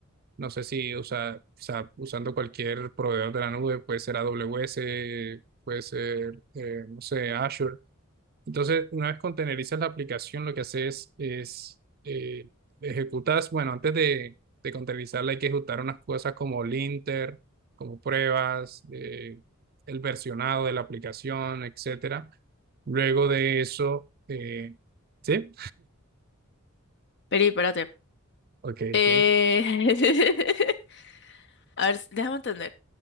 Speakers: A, on the right; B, on the left.
A: No sé si usa, o sea, usando cualquier proveedor de la nube, puede ser AWS, puede ser, eh, no sé, Azure Entonces, una vez containerizas la aplicación, lo que haces es, eh, ejecutas, bueno, antes de, de containerizarla hay que ejecutar unas cosas como linter, como pruebas, eh, el versionado de la aplicación, etcétera. Luego de eso, eh, ¿sí?
B: Peri, espérate.
A: Ok,
B: Eh...
A: ok,
B: <laughs> A ver, déjame entender.